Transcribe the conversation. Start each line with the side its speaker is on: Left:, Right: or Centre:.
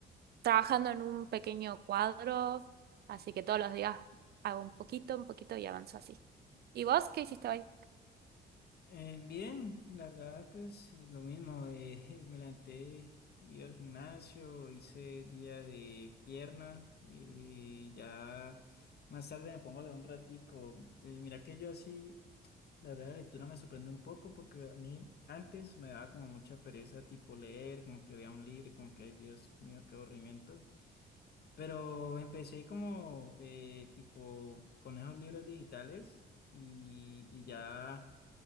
Right: trabajando en un pequeño cuadro, así que todos los días hago un poquito, un poquito y avanzo así. ¿Y vos qué hiciste hoy?
Left: Eh, bien, la verdad, pues eh, lo mismo, eh, <laughs> me levanté, ir al gimnasio, hice día de pierna y ya más tarde me pongo a leer un ratico. Eh, mira que yo así, la verdad, la lectura me sorprende un poco porque a mí antes me daba como mucha pereza tipo leer, como que veía un libro y como que, ay Dios mío, qué aburrimiento. Pero empecé como eh, tipo con esos libros digitales y, y ya...